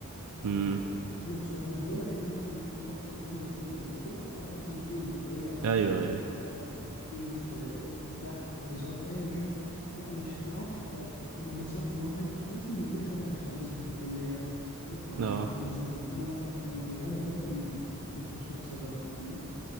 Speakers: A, on the left; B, on the right.
A: في
B: امم
A: في لبسه انا مش بقول لك ان انا مثلا احسن واحد في الكلام ده كله بس لا سواء مثلا في اللي فوقيه او اللي
B: ايوه
A: تحتيه
B: ايوه
A: في- سواء في تفكير في في ضحك في هزار في ايا كان لا مش ه- عارف انت لما بتصاحب واحد لازم بيكون شبهك شويه مثلا في الكليه تطلع معاه
B: اه
A: بتنزل انا لا انا لغايه دلوقتي ما ما لقيتش الشخص ده فاهمني